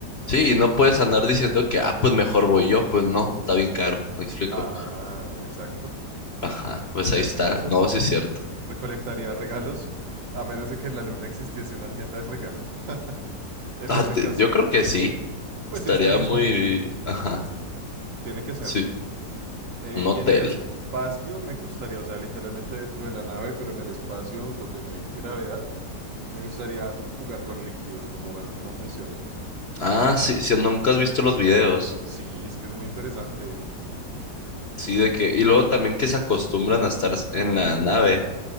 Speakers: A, on the left; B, on the right.
A: Sí, y no puedes andar diciendo que, ah, pues mejor voy yo, pues no, está bien caro, me explico.
B: Ah, exacto.
A: Ajá, pues
B: En
A: ahí está,
B: ese caso,
A: no, sí es cierto.
B: recolectaría regalos, a menos de que en la luna existiese una tienda de regalos. <laughs> En
A: Ah,
B: ese
A: te-
B: caso,
A: yo creo que sí,
B: pues
A: estaría
B: si es turismo,
A: muy, ajá,
B: tiene que serlo.
A: sí,
B: Eh,
A: un hotel.
B: y en el espacio me gustaría, o sea, literalmente dentro de la nave, pero en el espacio donde no hay gravedad, me gustaría jugar con líquidos, como ver cómo funciona.
A: Ah, sí, sí, nunca has visto los videos.
B: Sí, es que es muy interesante.
A: Sí, de que. Y luego también que se acostumbran a estar en la nave.